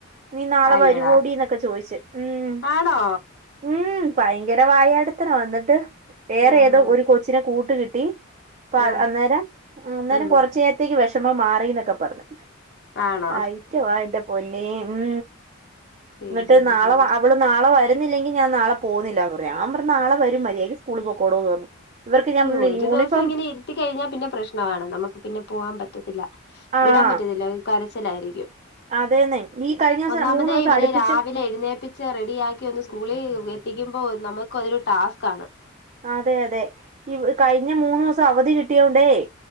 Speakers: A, on the right; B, on the left.
A: നീ നാളെ
B: അയ്യടാ
A: വരിവോടിന്നൊക്കെ ചോയിച്ച് ഉം
B: ആണോ
A: ഉം ഭയങ്കര വായാടിത്തരാ വന്ന്ട്ട് വേറെ
B: ആഹാ
A: ഏതോ ഒരു കൊച്ചിനെ കൂട്ടുകിട്ടി പ്പ അഹ്
B: ആഹ്
A: അന്നേരംഉം അന്നേരം
B: ഉം
A: കൊറച്ചേ രത്തേക്ക് വെഷമം മാറിന്നൊക്കെ പറഞ്ഞു
B: ആണോ
A: അയിറ്റവാ എന്റെ പൊന്നേ ഉം
B: ശരി
A: ന്നിട്ട്
B: ശരി
A: നാളെ
B: ശരി
A: വാ അ ഇവള് നാളെ വരുന്നില്ലെങ്കി ഞാനാളെ പോവുന്നില്ലാന്ന് പറയാ ഞാൻ പറഞ്ഞ് നാളെ വരും മര്യായക്ക് സ്കൂള് പൊക്കോടോന്ന് പറഞ്ഞു ഇവർക്ക് ഞാൻ പറഞ്ഞില്ലേ
B: ഒരു
A: യൂണിഫോം
B: ദിവസം ഇങ്ങനെ ഇരി ത്തിക്കഴിഞ്ഞാ പിന്നെ പ്രശ്നമാണ് നമ്മക്ക് പിന്നെ പോവാ പറ്റത്തില്ല
A: ആഹ്
B: വിടാൻ പറ്റ്ന്നില്ലഏഹ് കരച്ചിലായിരിക്കും
A: അതേന്നെ ഈ കഴിഞ്ഞ ദിവസം
B: ഒന്നാമതേ
A: മൂന്ന് ദിവസം
B: ഇവരെ
A: അടുപ്പിച്ച്
B: രാവിലെ എഴുന്നേപ്പി ച്ച് റെഡിയാക്കി ഒന്ന് സ്കൂളിൽ എത്തിക്കുമ്പോ നമക്ക് ഒരു ട്ടാസ്‌ക്കാണ്
A: ആഹ് അതെ അതെ ഈ കഴിഞ്ഞ മൂന്ന്സം അവധി കിട്ടിയോണ്ടേ